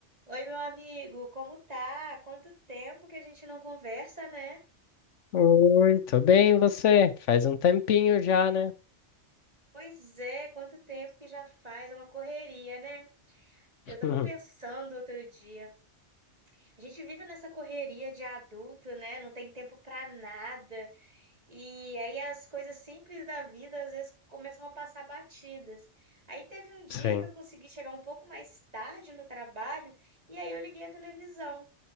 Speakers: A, on the right; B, on the left.
A: Oi, meu amigo, como tá? Quanto tempo que a gente não conversa, né?
B: Oi, tô bem, e você? Faz um tempinho já, né?
A: Pois é, quanto tempo que já faz, é uma correria, né? Eu
B: <laughs>
A: tava pensando outro dia. A gente vive nessa correria de adulto, né? Não tem tempo pra nada. E aí as coisas simples da vida às vezes começam a passar batidas. Aí teve um dia
B: Sim,
A: que eu consegui chegar um pouco mais tarde no trabalho e aí eu liguei a televisão.